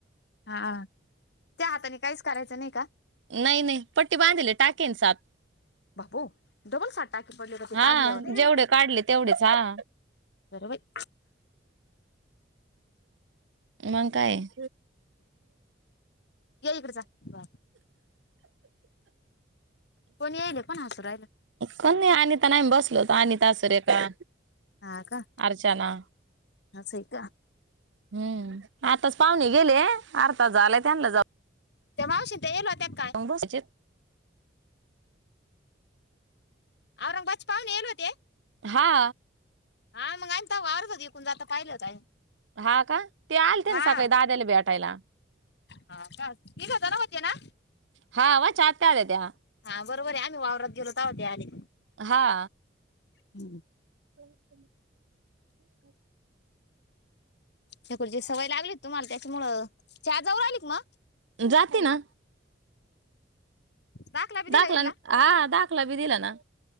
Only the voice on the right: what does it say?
नाही नाही. पट्टी बांधलेले. टाकेय ना, सात.
हा,
जेवढे काढले तेवढेच, हा.
मग काये?
कोण नाही, अनिता न आम्ही बसलो होतो. अनिता सुरेखा.
अर्चना
हम्म, आत्ताच पाहुणे गेले. अर्धा तास झाला त्यांला जाऊ.
बसचेत.
हा.
हा का? ते आलते
ना सकाळी दाद्याला भेटायला.
हा, वच्या आत्या होत्या त्या.
हा.
ते <inaudible>
जाती ना.
दाखलान
हा, दाखला बी दिला ना.